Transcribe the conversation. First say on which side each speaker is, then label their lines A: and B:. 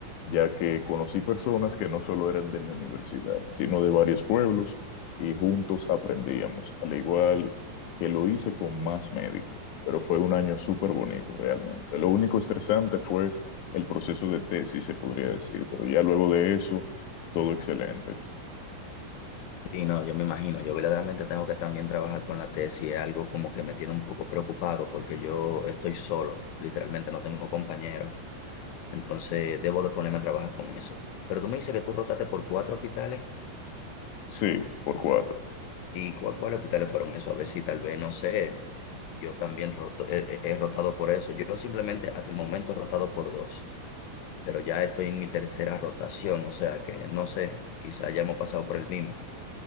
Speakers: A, on the left; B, on the left.
A: ya que conocí personas que no solo eran de mi universidad, sino de varios pueblos y juntos aprendíamos, al igual que lo hice con más médicos, pero fue un año súper bonito realmente. Lo único estresante fue el proceso de tesis, se podría decir, pero ya luego de eso, todo excelente.
B: Sí, no, yo me imagino, yo verdaderamente tengo que también trabajar con la tesis, es algo como que me tiene un poco preocupado porque yo estoy solo, literalmente no tengo compañeros, entonces debo de ponerme a trabajar con eso. Pero tú me dices que tú rotaste por cuatro hospitales
A: Sí, por cuatro.
B: y cu- ¿cuáles hospitales fueron esos? A ver si tal vez, no sé, yo también roto- he, he- he rotado por eso, yo simplemente hasta el momento he rotado por dos, pero ya estoy en mi tercera rotación, o sea que no sé, quizás ya hemos pasado por el mismo.